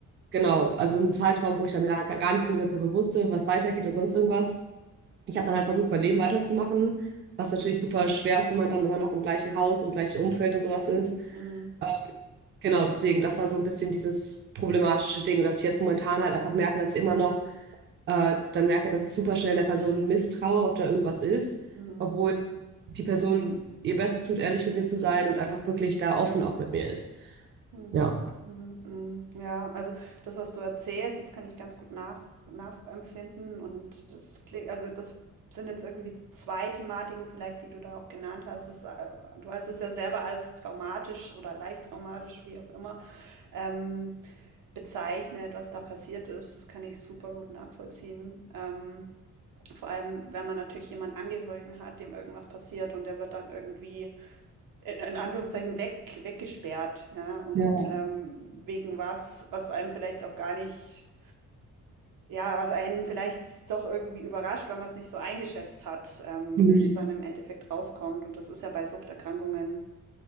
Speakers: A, on the right; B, on the right.
A: genau, also ein Zeitraum, wo ich dann gar, gar nichts von dieser Person wusste, was weitergeht oder sonst irgendwas. Ich habe dann halt versucht, mein Leben weiterzumachen, was natürlich super schwer ist, wenn man dann immer noch im gleichen Haus und gleichen Umfeld und sowas ist.
B: hm, hm.
A: Ähm, Genau, deswegen, das war so ein bisschen dieses problematische Ding, dass ich jetzt momentan halt einfach merke, dass ich immer noch äh, dann merke, dass ich super schnell der Person misstraue, ob da irgendwas ist,
B: hm.
A: obwohl die Person ihr Bestes tut, ehrlich mit mir zu sein und einfach wirklich da offen auch mit mir ist.
B: Hm,
A: Ja.
B: mhm, mhm. Ja, also das, was du erzählst, das kann ich ganz gut nach, nachempfinden und das klingt, also das sind jetzt irgendwie zwei Thematiken vielleicht, die du da auch genannt hast. Das, äh, du hast es ja selber als traumatisch oder leicht traumatisch, wie auch immer, ähm, bezeichnet, was da passiert ist. Das kann ich super gut nachvollziehen. Ähm, vor allem, wenn man natürlich jemanden Angehörigen hat, dem irgendwas passiert und der wird dann irgendwie äh, in Anführungszeichen weg, weggesperrt, ja, und
A: Ja,
B: ähm, wegen was, was einem vielleicht auch gar nicht, ja, was einen vielleicht doch irgendwie überrascht, weil man es nicht so eingeschätzt hat, ähm,
A: mhm.
B: wie es dann im Endeffekt rauskommt. Und das ist ja bei Suchterkrankungen